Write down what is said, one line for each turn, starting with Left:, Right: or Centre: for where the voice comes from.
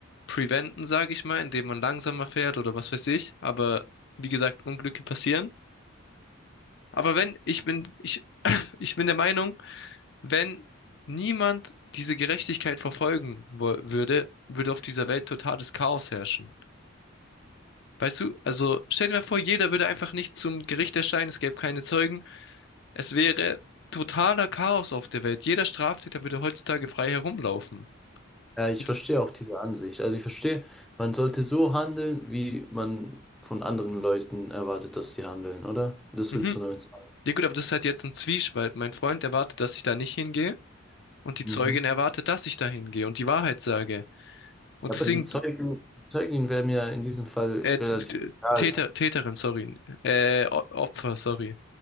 Left: preventen, sage ich mal, indem man langsamer fährt oder was weiß ich. Aber wie gesagt, Unglücke passieren. Aber wenn, ich bin, ich, ich bin der Meinung, wenn niemand diese Gerechtigkeit verfolgen wo- würde, würde auf dieser Welt totales Chaos herrschen. Weißt du, also stell dir mal vor, jeder würde einfach nicht zum Gericht erscheinen, es gäbe keine Zeugen. Es wäre totaler Chaos auf der Welt. Jeder Straftäter würde heutzutage frei herumlaufen.
Centre: Ja, ich
Left: Und,
Centre: verstehe auch diese Ansicht. Also ich verstehe, man sollte so handeln, wie man von anderen Leuten erwartet, dass sie handeln, oder? Das
Left: mhm.
Centre: willst du damit sagen.
Left: Ja gut, aber das ist halt jetzt ein Zwiespalt. Mein Freund erwartet, dass ich da nicht hingehe und die
Centre: Mhm.
Left: Zeugin erwartet, dass ich da hingehe und die Wahrheit sage. Und
Centre: Aber
Left: deswegen,
Centre: die Zeugen, die Zeugen wären ja in diesem Fall
Left: äh, d-
Centre: relativ
Left: d-
Centre: egal.
Left: Täter, Täterin, sorry, äh, O- Opfer, sorry,